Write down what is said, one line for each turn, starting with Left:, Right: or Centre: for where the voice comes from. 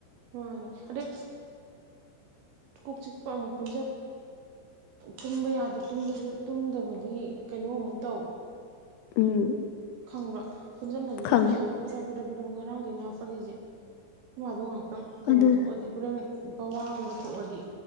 Right: ꯑꯣ ꯗ ꯀꯣꯛ ꯆꯤꯛꯄ ꯄꯨ ꯀꯌꯥꯗꯁꯨ ꯇꯨꯝꯗꯕꯒꯤ ꯀꯩꯅꯣꯃꯨꯛ ꯇꯧ
Left: ꯎꯝ
Right: ꯈꯪꯕ꯭ꯔꯥ ꯄꯨꯟꯁꯤꯟꯅꯈꯤꯕ
Left: ꯈꯪꯉꯦ
Right: ꯏꯁꯥꯥꯁ ꯐꯗ ꯐꯠꯇ ꯕꯨ ꯉꯔꯥꯡꯗꯩꯅ ꯍꯥꯞꯄꯂꯤꯁꯦꯃꯗꯣ ꯉꯥꯏꯍꯥꯛꯇꯪ ꯀꯩꯅꯣ
Left: ꯑꯗꯨ
Right: ꯊꯣꯛꯑꯗꯤ ꯍꯣꯔꯦꯟ ꯀꯋꯥꯒꯨꯝꯕ ꯊꯣꯛꯑꯗꯤ